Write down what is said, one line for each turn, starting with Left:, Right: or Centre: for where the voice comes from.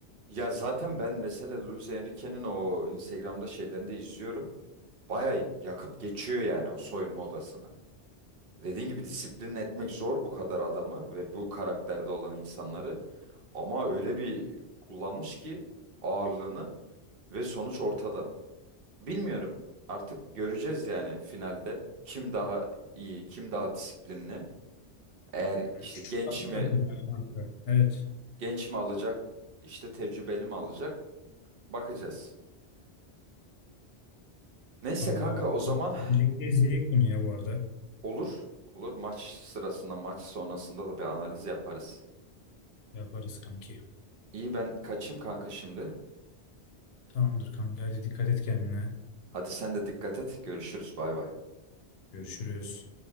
Right: Ya zaten ben mesela Luis Enrique'nin o Instagram'da şeylerini de izliyorum. Baya yakıp geçiyor yani o soyunma odasını. Dediğin gibi disiplin etmek zor bu kadar adamı ve bu karakterde olan insanları. Ama öyle bir kullanmış ki ağırlığını ve sonuç ortada. Bilmiyorum. Artık göreceğiz yani finalde kim daha iyi, kim daha disiplinli. Eğer
Left: Yani
Right: işte
Left: şu
Right: genç
Left: farklı
Right: mi
Left: takımlar kanka. Evet.
Right: genç mi alacak, işte tecrübeli mi alacak bakacağız. Neyse
Left: Vallahi
Right: kanka
Left: bak.
Right: o zaman
Left: Birlikte izleyelim bunu ya bu arada.
Right: olur. Olur maç sırasında, maç sonrasında da bir analiz yaparız.
Left: Yaparız kanki.
Right: İyi ben kaçayım kanka şimdi.
Left: Tamamdır kanki. Hadi dikkat et kendine.
Right: Hadi sen de dikkat et. Görüşürüz. Bay bay.
Left: Görüşürüz.